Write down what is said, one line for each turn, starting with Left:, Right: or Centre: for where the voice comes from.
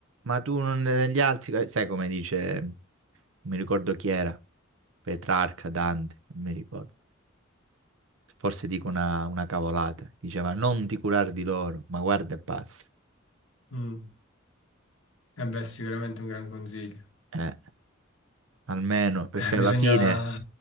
Right: Ma tu non, gli altri, sai come dice, non mi ricordo chi era, Petrarca, Dante, non mi ricordo. Forse dico una, una cavolata. Diceva non ti curare di loro, ma guarda e passa.
Left: Mm. E beh, sicuramente un gran consiglio.
Right: Eh, almeno, perché
Left: Eh,
Right: alla
Left: bisogna,
Right: fine,